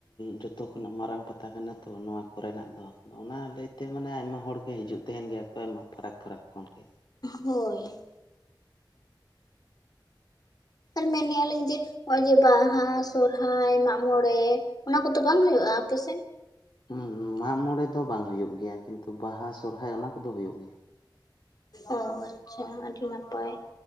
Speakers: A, on the left; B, on the left.
A: ᱡᱚᱛᱚ ᱠᱷᱚᱱᱟᱜ ᱢᱟᱨᱟᱝ ᱯᱟᱛᱟ᱾ ᱠᱟᱱᱟ ᱛᱚ ᱱᱚᱣᱟ ᱠᱚᱨᱮᱱᱟᱜ ᱫᱚ ᱟᱫᱚ ᱚᱱᱟ ᱞᱟᱹᱭᱛᱮ ᱢᱟᱱᱮ ᱟᱭᱢᱟ ᱦᱚᱲᱜᱮ ᱦᱤᱡᱩᱜ ᱛᱟᱦᱮᱱ ᱜᱮᱭᱟ ᱠᱚ ᱟᱭᱢᱟ ᱯᱷᱟᱨᱟᱠ ᱯᱷᱟᱨᱟᱠ ᱠᱷᱚᱱ ᱜᱮ᱾
B: ᱦᱳᱭ᱾ ᱟᱨ ᱢᱮᱱᱮᱜ ᱟᱞᱤᱧ ᱡᱮ ᱱᱚᱜᱼᱚᱭ ᱡᱮ ᱵᱟᱦᱟ, ᱥᱚᱨᱦᱟᱭ, ᱢᱟᱜᱢᱚᱬᱮ ᱚᱱᱟ ᱠᱚᱫᱚ ᱵᱟᱝ ᱦᱩᱭᱩᱜᱼᱟ ᱟᱯᱮᱥᱮᱫ
A: ᱦᱮᱸ ᱢᱟᱜᱢᱚᱬᱮ ᱫᱚ ᱵᱟᱝ ᱦᱩᱭᱩᱜ ᱜᱮᱭᱟ ᱠᱤᱱᱛᱩ ᱵᱟᱦᱟ ᱥᱚᱨᱦᱟᱭ ᱚᱱᱟ ᱠᱚᱫᱚ ᱦᱩᱭᱩᱜ ᱜᱮᱭᱟ
B: ᱚ ᱟᱪᱪᱷᱟ ᱟᱰᱤ ᱱᱟᱯᱟᱭ